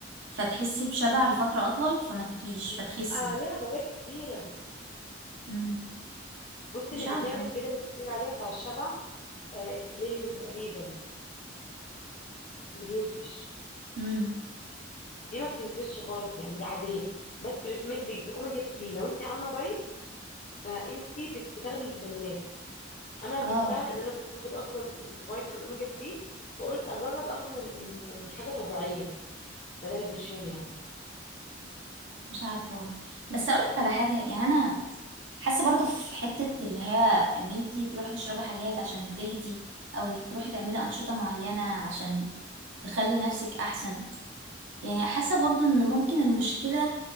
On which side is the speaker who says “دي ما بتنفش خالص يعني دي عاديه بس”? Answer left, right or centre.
Left